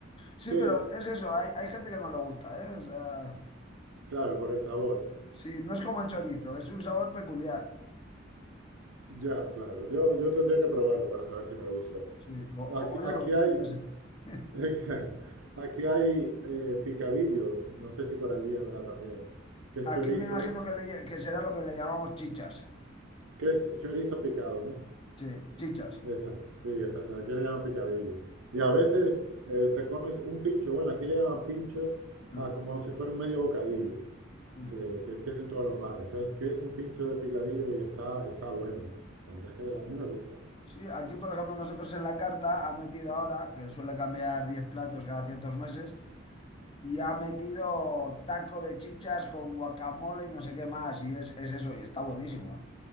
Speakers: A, on the left; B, on the right.
A: Sí,
B: Sí,
A: pero es eso, hay, hay gente que no le gusta, ¿eh? O sea,
B: Claro, por el sabor.
A: sí, no es como el chorizo, es un sabor peculiar.
B: Ya, claro. Yo, yo tendría que probarlo para saber si me gusta.
A: Sí, co-
B: Aquí,
A: como
B: aquí
A: yo el botillo
B: hay,
A: ese. <laughs>
B: <laughs> aquí hay eh, picadillo. No sé si por allí habrá también. Que es chorizo,
A: Aquí me imagino que, le lle- que será lo que le llamamos chichas.
B: que es chorizo picado, ¿no?
A: Sí, chichas.
B: Esa, sí, exacto. Aquí le llaman picadillo. Y a veces eh, te comes un pincho. Bueno, aquí le llaman pincho
A: Mm,
B: a como si fuera un medio bocadillo
A: mm,
B: que, que tienen todos los bares. Entonces pides un pincho de picadillo y está, está bueno. ¿eh?
A: mm.
B: La verdad es que a mí me gusta.
A: Sí, aquí por ejemplo nosotros en la carta ha metido ahora, que suele cambiar 10 platos cada ciertos meses, Y ha metido taco de chichas con guacamole y no sé qué más. Y es, es eso, y está buenísimo, ¿eh?